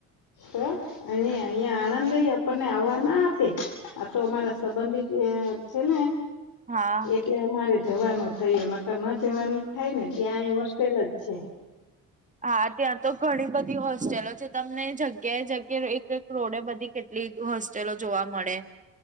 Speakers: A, on the left; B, on the right.
A: શુ અને અહિયા આણંદેય આપણને આવવા ના આપે આ તો અમારા સંબંધી છે છેને
B: હા
A: એટલે અમારે જવાનું થયું નકર ન જવાનું થાય ને ત્યાં એ હોસ્ટેલ જ છે
B: હા ત્યાં તો ઘણી બધી હોસ્ટેલો છે તમને જ <unintelligible> એ એક એક રોડે બધી કેટલી હોસ્ટેલો જોવા મળે